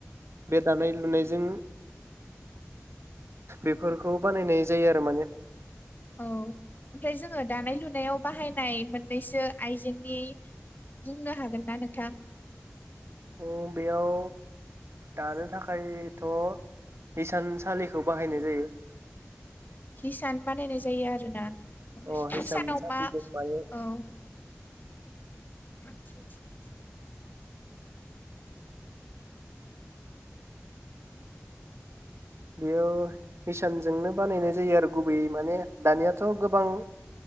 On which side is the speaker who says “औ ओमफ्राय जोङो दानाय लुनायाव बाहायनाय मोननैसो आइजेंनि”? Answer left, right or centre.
Left